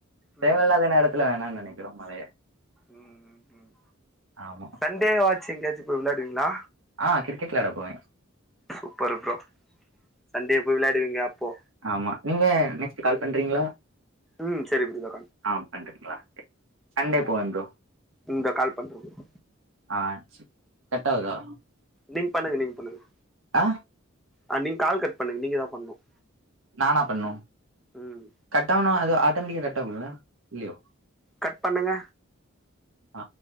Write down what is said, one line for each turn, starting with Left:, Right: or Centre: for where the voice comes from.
Right: தேவையில்லாத
Centre: ம்
Right: நேரத்துல வேணான்னு நினைக்கிறோம் மழய
Centre: ம் ம் ம்
Right: ஆமா
Centre: சண்டே வாச்சும் எங்கேயாச்சும் போய் விளையாடுவீங்களா
Right: ஆ கிரிக்கெட் விளாட போவே
Centre: சூப்பர் ப்ரோ சண்டே போய் விளையாடுவீங்க அப்போ
Right: ஆமா நீங்க நெக்ஸ்ட் கால் பண்றீங்களா
Centre: ம் சேரி ப்ரோ
Right: ஆ பண்றீங்களா ஓகே சண்டே போறேன் ப்ரோ
Centre: இந்தோ கால் பண்றே ப்ரோ
Right: ஆ சேர் கட்டாவுதா
Centre: நீங் பண்ணுங்க நீங் பண்ணுங்க
Right: ஆ
Centre: ஆ நீங்க கால் கட் பண்ணுங்க நீங்கதான் பண்ணும்
Right: நானா பண்ணும்
Centre: ம்
Right: கட் ஆனா அது ஆட்டோமெட்டிக்கா கட் ஆகும்ல இல்லையோ
Centre: கட் பண்ணுங்க
Right: ஆ